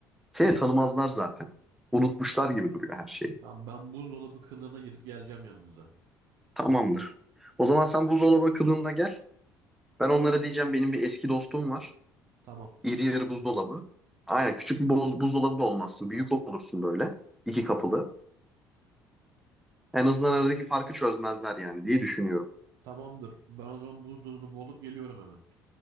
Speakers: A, in the centre; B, on the right.
A: Seni tanımazlar zaten. Unutmuşlar gibi duruyor her şeyi.
B: tamam ben buzdolabı kılığına girip geleceğim yanınıza.
A: Tamamdır. O zaman sen buzdolabı kılığında gel. Ben onlara diyeceğim benim bir eski dostum var.
B: Tamam.
A: İri yarı buzdolabı. Aynen küçük bir boz- buzdolabı da olmazsın. Büyük olursun böyle. İki kapılı. En azından aradaki farkı çözmezler yani diye düşünüyorum.
B: Tamamdır. Ben o zaman buzdolabı olup geliyorum hemen.